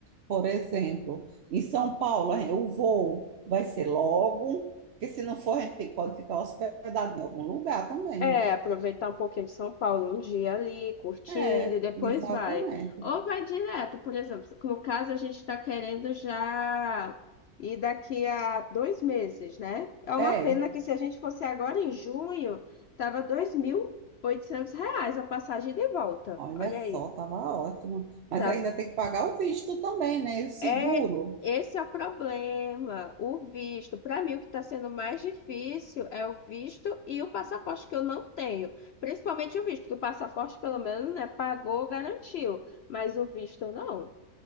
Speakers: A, on the right; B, on the left.
A: por exemplo, em São Paulo, a gen- o voo vai ser logo, porque se não for, a gente tem- pode ficar hospedado em algum lugar também,
B: É,
A: né?
B: aproveitar um pouquinho de São Paulo, um dia ali, curtindo,
A: É,
B: e depois
A: exatamente.
B: vai. Ou vai direto, por exemplo, no caso a gente está querendo já ir daqui a dois meses, né? É uma
A: É,
B: pena que se a gente fosse agora em junho, tava dois mil e oitocentos reais a passagem de volta.
A: olha
B: Olha
A: só,
B: aí,
A: tava ótimo. Mas
B: tá
A: ainda tem que pagar o visto também, né? E o seguro.
B: é, esse é o problema, o visto. Para mim, o que está sendo mais difícil é o visto e o passaporte que eu não tenho. Principalmente o visto, que o passaporte, pelo menos, né, pagou, garantiu. Mas o visto não.